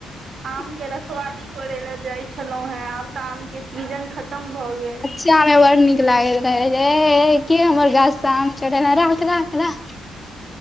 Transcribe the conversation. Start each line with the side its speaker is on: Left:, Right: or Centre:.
Left: ह <inaudible>
Right: आम के रखबाली करय लए जाइ छलहुॅ हे आब तऽ आम के सीजन खतम भऽ गेल
Left: गाम मे बड़ नीक लागल त ऐ ऐ के हमर गाछ स आम चोरेलां राख राख हरा <unintelligible>